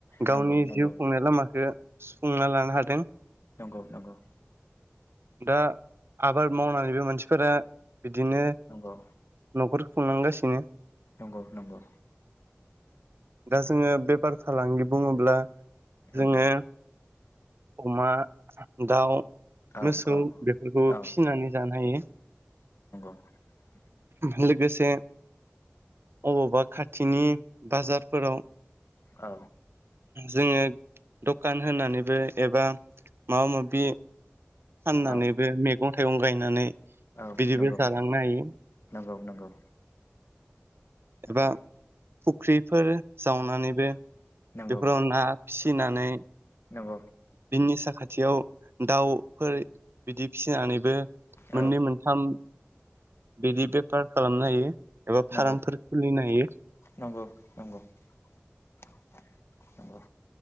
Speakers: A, on the right; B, on the left.
A: गावनि
B: नंगौ नंगौ
A: जिउ खुंनाय लामाखो सुफुंना लानो हादों।
B: नंगौ नंगौ।
A: दा आबाद मावनानैबो मानसिफोरा बिदिनो
B: नंगौ
A: न'खर खुंनांगासिनो।
B: नंगौ नंगौ।
A: दा जोङो बेफार फालांगि बुंङोब्ला
B: नंगौ
A: जोङो अमा दाउ
B: औ
A: मोसौ
B: औ
A: बेफोरखौबो
B: औ
A: फिसिनानै जानो हायो।
B: <inaudible>
A: लोगोसे अबावबा खाथिनि बाजारफोराव
B: औ
A: जोङो दखान होनानैबो एबा माबा माबि फाननानैबो
B: औ
A: मैगं थाइगं गायनानै
B: औ
A: बिदिबो
B: नंगौ
A: जालांनो हायो
B: नंगौ। नंगौ नंगौ
A: एबा
B: ।
A: फुख्रिफोर जावनानैबो
B: नंगौ
A: बेफोराव ना फिसिनानै
B: नंगौ
A: बिनि साखाथियाव दाउफोर बिदि फिसिनानैबो
B: औ
A: मोननै मोनथाम बिदि बेफार खालामनो हायो एबा
B: नंगौ
A: फार्मफोर खुलिनो हायो।
B: नंगौ नंगौ। <unintelligible> नंगौ।